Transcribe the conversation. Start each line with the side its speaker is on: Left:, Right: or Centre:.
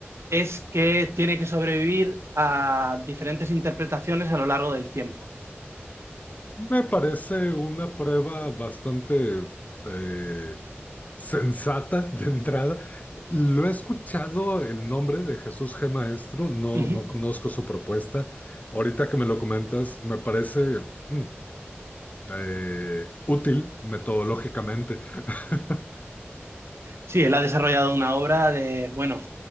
Right: es que tiene que sobrevivir a diferentes interpretaciones a lo largo del tiempo.
Left: Me parece una prueba bastante eh, Sensata de entrada. Lo he escuchado el nombre de Jesús G. Maestro, no,
Right: Uh -huh.
Left: no conozco su propuesta. Ahorita que me lo comentas, me parece mm, eh, útil metodológicamente. <laughs>
Right: Sí, él ha desarrollado una obra de, bueno,